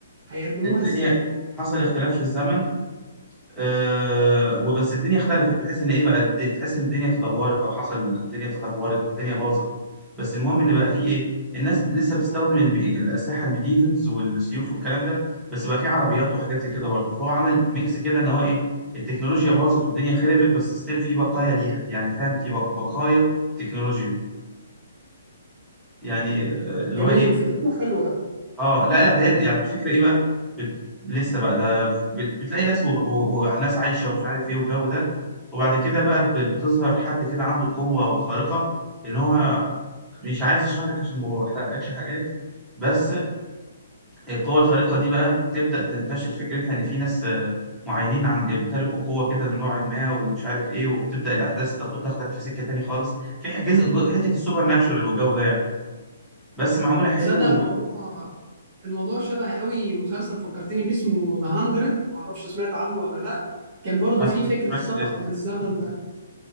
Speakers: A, on the right; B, in the centre.
A: هيقدموها
B: الدنيا
A: ازاي
B: حصل اختلاف في الزمن آه وبس الدنيا اختلفت بحيث ان ايه بقى الد- تحس ان الدنيا تدهورت او حصل الدنيا تدهورت الدنيا باظت بس المهم ان بقى في ايه الناس لسه بتستخدم الم- الاسلحه الميديفلز والسيوف والكلام ده بس بقى في عربيات وحاجات زي كده برضه فهو عمل ميكس كده ان هو ايه التكنولوجيا باظت والدنيا خربت بس ستيل في بقايا ليها يعني فاهم دي بق- بقايا تكنولوجيا يعني آه، اللي
A: جميل
B: هو ايه
A: فكرته حلوة
B: اه لا لا ده هي- يعني الفكره ايه بقى بت... لسه بقى ده بت... بتلاقي ناس و... و... وناس عايشه ومش عارف ايه والجو ده وبعد كده بقى ب... بتظهر حد كده عنده قوه خارقه ان هو مش عايز اشرح لك عشان ما بحرقلكش حاجات بس القوه الخارقه دي بقى بتبدا تنتشر فكرتها ان في ناس آه، معينين عند يمتلكوا قوه كده من نوع ما ومش عارف ايه وبتبدا الاحداث تاخد تاخدك في سكه تاني خالص في جزء جو- حته السوبر ناتشورال والجو ده يعني بس معموله حلو
A: تصدق
B: وما
A: الموضوع الموضوع شبه قوي مسلسل فكرتني بيه اسمه ذا 100 معرفش سمعت عنه ولا لا كان برضو
B: ما
A: فيه فكرة
B: سمعت
A: السفر
B: الاسم
A: عبر الزمن